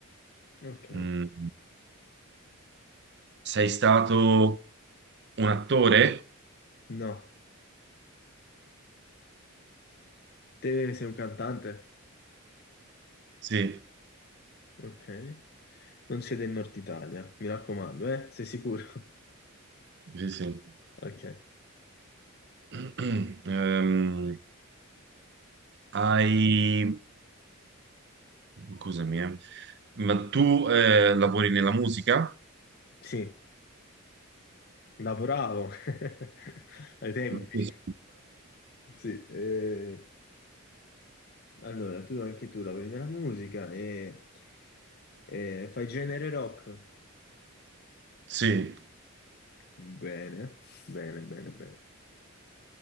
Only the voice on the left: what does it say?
Ok.
No, te sei un cantante?
Ok. Non sei del nord Italia, mi raccomando, eh? Sei sicuro? <laughs>
Ok.
Sì. Lavoravo <laughs> ai tempi.
Sì, eh, allora tu anche tu lavori nella musica e, e fai genere rock?
Bene, bene, bene, bene.